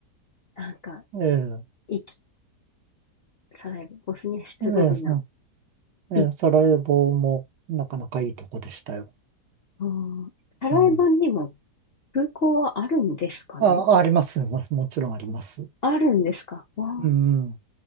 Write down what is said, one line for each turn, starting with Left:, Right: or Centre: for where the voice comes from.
Left: なんか、
Right: ええ、
Left: いき、サラエボ、ボスニア・ヘルツェゴビナ、
Right: ええ、そええサラエボもなかなかいいとこでしたよ。
Left: い、うん、サラエボにも
Right: うん
Left: 空港はあるんですかね
Right: あ、あります。も、もちろんあります。
Left: あるんですかわ
Right: うん。